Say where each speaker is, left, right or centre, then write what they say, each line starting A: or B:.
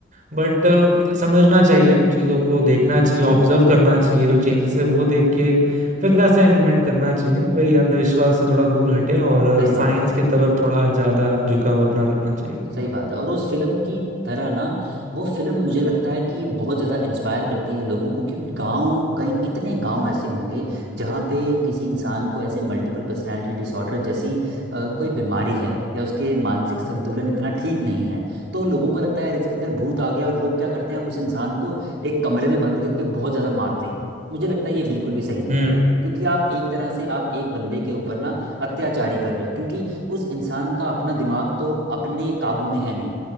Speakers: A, on the right; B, on the right.
A: बट अ, समझना चाहिए चीज़ों को देखना
B: हम्म।
A: चाहिए ऑब्जर्व करना चाहिए जो चेंजेस है वो देख के फिर वैसा इम्प्लीमेंट करना चाहिए वही अंधविश्वास से थोड़ा दूर हटें और
B: सही
A: साइंस
B: बात है
A: की तरफ थोड़ा ज़्यादा झुकाव अपना रखना चाहिए
B: सही बात है और उस फिल्म की तरह ना वो फिल्म मुझे लगता है कि बहुत ज़्यादा इंस्पायर करती है लोगों को क्योंकि गांव कहीं कितने गांव ऐसे होंगे जहाँ पे किसी इंसान को ऐसे मल्टीपल पर्सनालिटी डिसऑर्डर जैसी अ, कोई बीमारी है या उसके मानसिक संतुलन इतना ठीक नहीं है तो लोगों को लगता है यार इसके अंदर भूत आ गया और लोग क्या करते हैं उस इंसान को एक कमरे में बंद करके बहुत ज़्यादा मारते हैं मुझे लगता है ये बिल्कुल भी सही नहीं
A: हम्म
B: है क्योंकि आप एक तरह से आप एक बंदे के ऊपर ना अत्याचारी कर रहे हो क्योंकि उस इंसान का अपना दिमाग तो अपने काबू में है नहीं